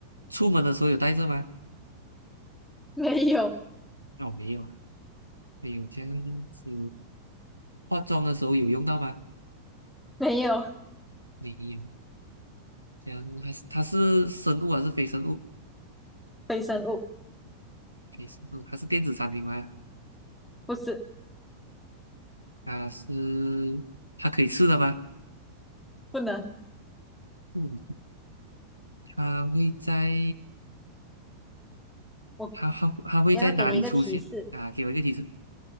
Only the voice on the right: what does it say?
出门的时候有带着吗？
哦，没有，啊。没有这样子。化妆的时候有用到吗？
没有。这样还是它是生物还是非生物？
非生物，它是电子产品吗？
它是它可以吃的吗？
嗯，它会在
它它它会在哪里出现？
啊，给我一个提示：